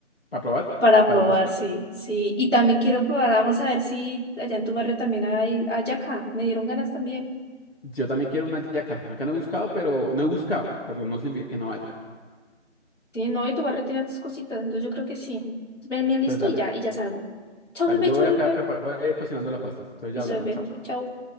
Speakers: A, on the left; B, on the left.
A: ¿Para probar?
B: para
A: ¿Para
B: probar,
A: degustar?
B: sí, sí. Y también quiero probar, vamos a ver si allá en tu barrio también hay, hay acá. Me dieron ganas también.
A: Yo también quiero una yaca. Acá no he buscado, pero no he buscado, pero no significa que no haya.
B: Sí, no, y tu barrio tiene tus cositas, entonces yo creo que sí. Ven, me listo
A: Entonces dale,
B: y ya, y ya salgo. Chao,
A: dale,
B: bebé,
A: yo
B: chao,
A: voy acá
B: bebé.
A: a preparar, voy a ir cocinando la pasta. Entonces
B: Listo,
A: ya hablamos,
B: bebé.
A: chao.
B: Chao.